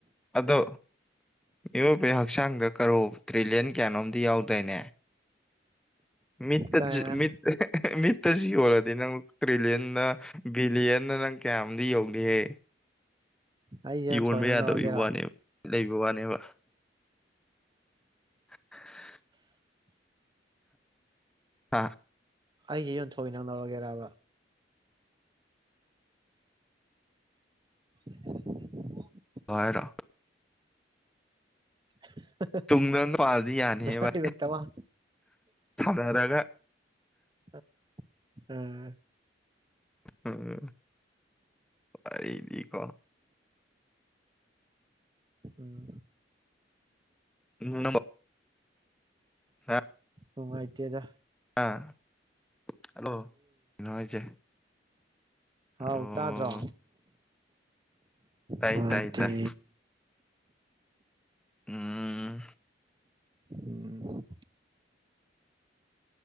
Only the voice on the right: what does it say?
ꯀꯥꯏ
ꯑꯩꯁꯦ ꯌꯣꯟꯊꯣꯏ
ꯅꯪ
ꯂꯧꯔꯒꯦꯔꯣ
<inaudible>
ꯑꯩꯁꯦ ꯌꯣꯟꯊꯣꯛꯑꯒꯦ ꯅꯪ ꯂꯧꯔꯒꯦꯔꯑꯕ <unintelligible>
<unintelligible> ꯍꯥ
ꯍꯥ
ꯍꯥ ꯑꯥ
ꯎꯝ
ꯅꯨꯉꯥꯏꯏꯇꯦꯗ
ꯍꯥꯎ
ꯇꯥꯗ꯭ꯔꯣ
ꯅꯨꯉꯥꯏꯇꯦ
ꯎꯝ